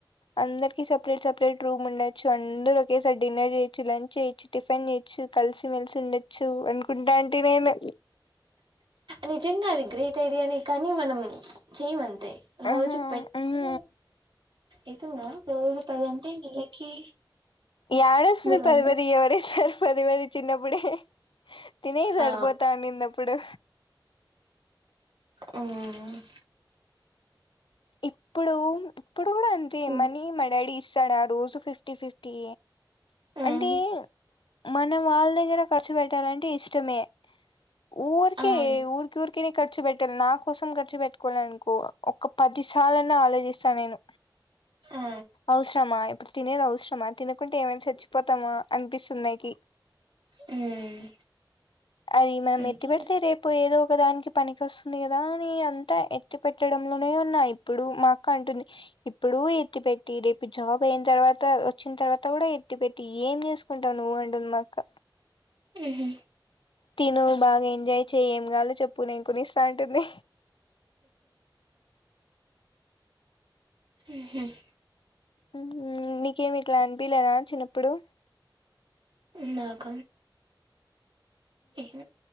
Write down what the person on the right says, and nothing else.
నిజంగా అది గ్రేట్ ఐడియానే కానీ మనం చేయమాం తే రోజు
పెడితె
ఐతుంద రోజు పది అంటే నెలకి
మూడు
వందలు
ఆ
ఉమ్మ్
మ్మ్
మ్మ్
అవును
ఆ
మ్మ్
అంతేలే
మ్మ్ మ్మ్
ఉహ్మ్
నాక ఏం